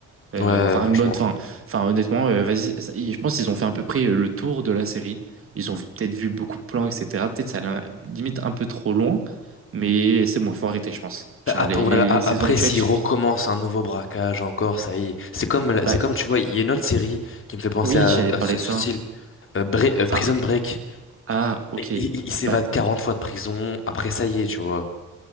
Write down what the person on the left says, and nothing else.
Ouais,
franchement.
Après,
voilà,
a-
après,
s'il
recommence un nouveau braquage encore, ça y est. C'est comme, la-
c'est comme, tu vois, il y a une autre série qui me fait penser
à,
à ce à
ce
style, euh, Bre- euh,
Prison Break.
Et Il, il- il s'évade
40 fois de prison. Après, ça y est, tu vois.